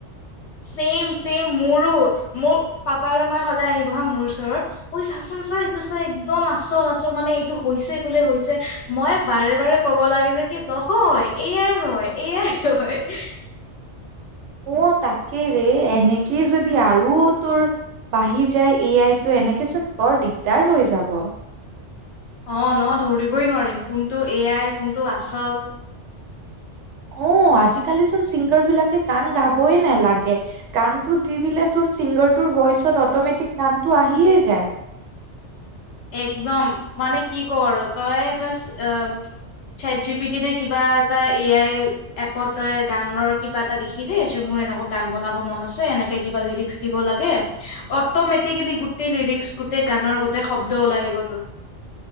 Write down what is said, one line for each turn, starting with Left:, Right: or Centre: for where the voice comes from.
Left: ছেম-ছেম, মোৰো মোৰ পাপাৰ <unintelligible> সদায় আহিব হা মোৰ ওচৰত। ঐ, চাচোন-চা এইটো চা একদম আচল-আচল, মানে এইটো হৈছে বোলে হৈছে। মই বাৰে বাৰে ক'ব লাগে যে কি নহয় এ য়াই হয়, এ য়াই হয়।
Right: অ', তাকে ৰে, এনেকেই যদি আৰু তোৰ বাঢ়ি যায় এ আইতো এনেকে চোন বৰ দিগদাৰ হৈ যাব।
Left: অ', ন ধৰিবই নোৱাৰিম, কোনটো এ আই, কোনটো আচল।
Right: অ', আজিকালিচোন চিংগাৰ বিলাকে গান গাবয়ে নালাগে। গানতটো দি দিলে চোন ছিংগাৰটোৰ ভইচত অটমেটিক গানটো আহিয়ে যায়।
Left: একদম মানে কি কৱ আৰু তই বছ অ' চেট জি পি টি নে কিবা এটা এ আই এপত তই গানৰ কিবা এটা লিখি দে, যে মোৰ এনেকুৱা গান বনাব মন আছে, এনেকে কিবা লিৰিক্স দিব লাগে, অটমেটিকেলি গোটেই লিৰিক্স, গোটেই গানৰ, গোটেই শব্দ ওলাই আহিব তোৰ।